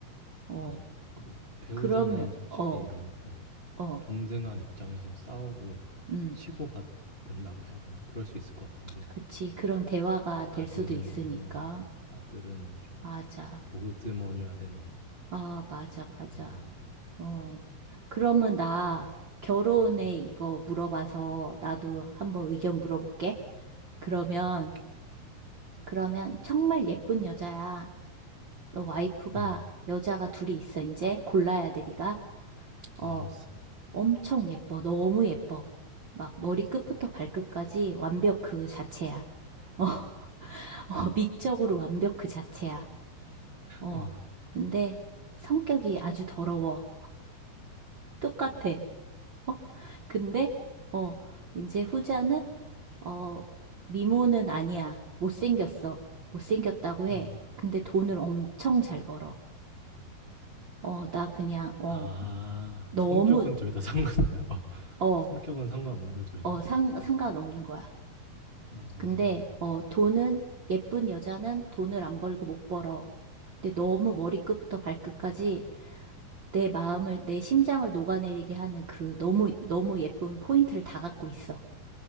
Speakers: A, on the right (about 50°); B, on the left (about 25°).
A: 어,
B: 맞아 그리고 배우자는
A: 그러면,
B: 솔직히
A: 어,
B: 이런 어,
A: 어,
B: 동등한 입장에서 싸우고
A: 음,
B: 치고받는다고 해야 되나 그럴 수 있을 것 같은데
A: 그치. 그런 대화가 될
B: 아들은
A: 수도 있으니까.
B: 어 아들은 좀
A: 맞아.
B: 보듬어줘야 되는
A: 아, 맞아, 맞아.
B: 그런 거니까
A: 어. 그러면 나
B: 그래.
A: 결혼에
B: 음.
A: 이거 물어봐서 나도 한번 의견 물어볼게. 그러면,
B: 어, 오케이.
A: 그러면 정말 예쁜 여자야. 너 와이프가
B: 음.
A: 여자가 둘이 있어, 이제. 골라야 돼, 네가. 어,
B: 어, 알았어.
A: 엄청 예뻐. 너무 예뻐. 막 머리 끝부터 발끝까지 완벽 그 자체야. <laughs> 어, 미적으로 완벽 그 자체야. 어,
B: 어.
A: 근데 성격이 아주 더러워. 똑같아. 어? 근데, 어, 이제 후자는, 어, 미모는 아니야. 못생겼어. 못생겼다고
B: 음.
A: 해. 근데 돈을 엄청 잘 벌어. 어, 나 그냥, 어,
B: 아,
A: 너무,
B: 성격은 둘 다 상관. <laughs> 어,
A: 어,
B: 성격은 상관없는 거야 둘
A: 어,
B: 다.
A: 상, 상관없는 거야.
B: 아,
A: 근데, 어, 돈은, 예쁜 여자는 돈을 안 벌고 못 벌어. 근데 너무 머리끝부터 발끝까지 내 마음을, 내 심장을 녹아내리게 하는 그 너무, 너무 예쁜 포인트를 다 갖고 있어.